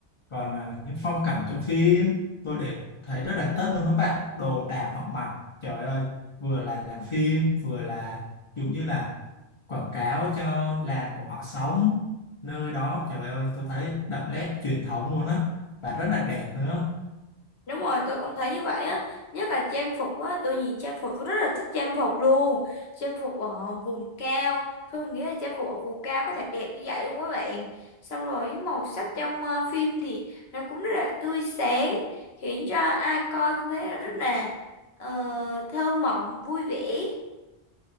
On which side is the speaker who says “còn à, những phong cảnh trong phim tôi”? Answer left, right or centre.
Left